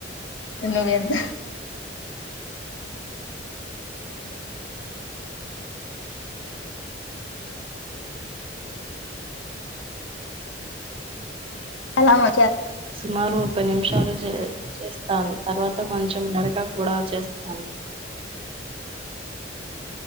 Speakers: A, on the left; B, on the right.
A: త నువ్ ఎంత చాలా మ
B: సుమారు ముప్పై నిమిషాలు జే చేస్ ద తర్వాత కొంచెం నడక కూడా చేస్తాను